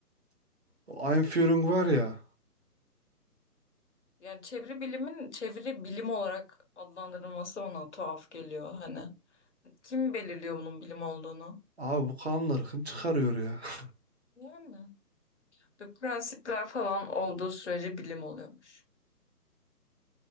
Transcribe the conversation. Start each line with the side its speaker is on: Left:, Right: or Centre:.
Right: O Einführung var ya.
Left: Yani çeviri bilimin çeviri bilim olarak adlandırılması bana tuhaf geliyor hani. Kim belirliyor bunun bilim olduğunu?
Right: Abi bu kanlar hım çıkarıyor ya. <laughs>
Left: Yani. Ve prensipler falan olduğu sürece bilim oluyormuş.